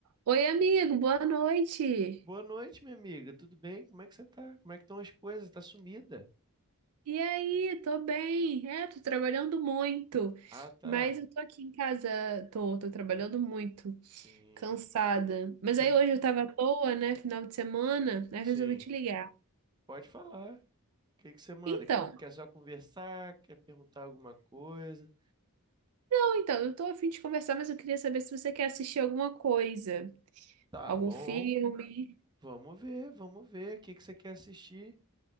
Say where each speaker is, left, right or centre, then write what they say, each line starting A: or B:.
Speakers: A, on the right (about 80°); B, on the right (about 20°).
A: Oi, amigo, boa noite.
B: Boa noite, minha amiga. Tudo bem? Como é que você tá? Como é que estão as coisas? Tá sumida?
A: E aí, tô bem. É, tô trabalhando muito,
B: Ah, tá.
A: mas eu tô aqui em casa, tô, tô trabalhando muito,
B: Sim.
A: cansada. Mas
B: Você...
A: aí hoje eu tava à toa, né, final de semana, aí
B: Sim.
A: eu resolvi te ligar.
B: Pode falar. O que que você manda?
A: Então,
B: Que- Quer só conversar? Quer perguntar alguma coisa?
A: não, então, eu tô a fim de conversar, mas eu queria saber se você quer assistir alguma coisa,
B: Tá
A: algum
B: bom.
A: filme.
B: Vamos ver, vamos ver. O que que você quer assistir?